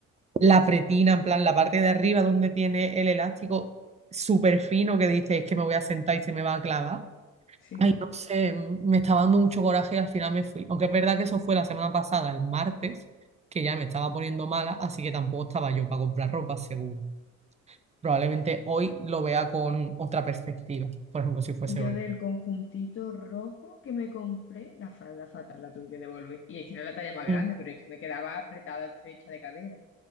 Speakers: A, on the right; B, on the left.
A: la pretina, en plan, la parte de arriba donde tiene el elástico súper fino que dice es que me voy a sentar y se me va a clavar.
B: sí.
A: Ay, no sé, me estaba dando mucho coraje y al final me fui. Aunque es verdad que eso fue la semana pasada, el martes, que ya me estaba poniendo mala, así que tampoco estaba yo para comprar ropa, seguro. Probablemente hoy lo vea con otra perspectiva, por ejemplo, si fuese
B: Yo
A: hoy.
B: del conjuntito rojo que me compré, la falda fatal la tuve que devolver. Y es que era la talla más grande,
A: Mm,
B: pero es que me quedaba apretada, estrecha de cadera.